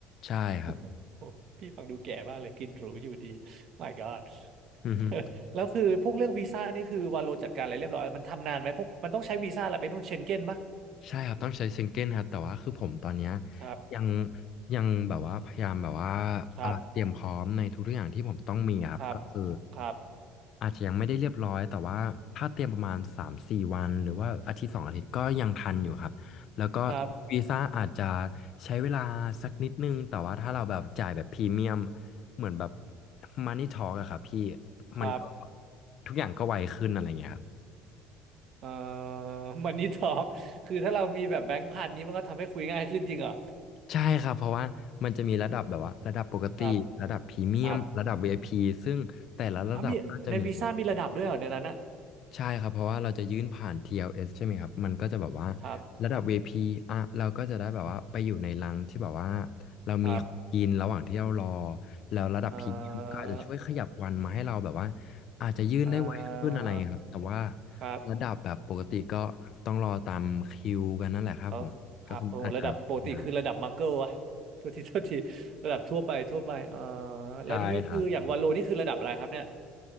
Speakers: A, on the left (about 55°); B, on the right (about 60°).
A: ใช่ครับ
B: <laughs> โอ้โหพี่ฟังดูแก่มากเลยกินหรูอยู่ดี My God
A: อือฮึ
B: <laughs> แล้วคือพวกเรื่องวีซ่านี่คือวาโลจัดการอะไรเรียบร้อยมันทำนานไหมพวกมันต้องใช้วีซ่าอะไรไปนู่นเชงเก้นปะ
A: ใช่ครับต้องใช้ซิงเกิลครับแต่ว่าคือผมตอนเนี้ย
B: ครับ
A: ยังยังแบบว่าพยายามแบบว่า
B: ครับ
A: อ่าเตรียมพร้อมในทุกๆอย่างที่ผมต้องมีครับก็คือ
B: ครับครับ
A: อาจจะยังไม่ได้เรียบร้อยแต่ว่าถ้าเตรียมประมาณสามถึงสี่วันหรือว่าอาทิตย์สองอาทิตย์ก็ยังทันอยู่ครับแล้วก็
B: ครับ
A: วีซ่าอาจจะใช้เวลาสักนิดนึงแต่ว่าถ้าเราแบบจ่ายแบบพรีเมียมเหมือนแบบมันนี่ทอ k อะครับพี่
B: ครับ
A: มันก็ทุกอย่างก็ไวขึ้นอะไรเงี้ยครับ
B: เอ่อ <laughs> มันนี่ทอล์กคือถ้าเรามีแบบแบงค์พันนี้มันก็ทำให้คุยง่ายขึ้นจริงเหรอ
A: ใช่ครับเพราะว่ามันจะมีระดับแบบว่าระดับปกติระดับพรีเมียมระดับ
B: ครับครับ
A: VIP ซึ่งแต่ละระดับก็จะมีแบบ
B: อ๋อมีในวีซ่ามีระดับด้วยเหรอในนั้นนะ
A: ใช่ครับเพราะว่าเราจะยื่นผ่าน TLS ใช่ไหมครับมันก็จะแบบว่า
B: ครับ
A: ระดับ v ี p อพีอ่ะเราก็จะได้แบบว่าไปอยู่ในรังที่แบบว่าเรามีของกินระหว่างที่เรารอ
B: ครับ
A: แล้วระดับพรีเมียมก็อาจจะช่วยขยับวันมาให้เราแบบว่า
B: เอ่อ
A: อาจจะยื่นได้ไวขึ้นอะไรอย่างเงี้ยครับแต่ว่า
B: เอ่อครับ
A: ระดับแบบปกติก็ต้องรอตามคิวกันนั่นแหละครับผมก็คืออาจจะนาน
B: เออครับโอ้โหระดับปกติคือระดับมังเกิลอะโทษทีโทษทีระดับทั่วไปทั่วไปเอ่อแล้วนี่คืออย่างวาโลนี่คือระดับอะไรครับเนี่ย
A: ใช่ครับ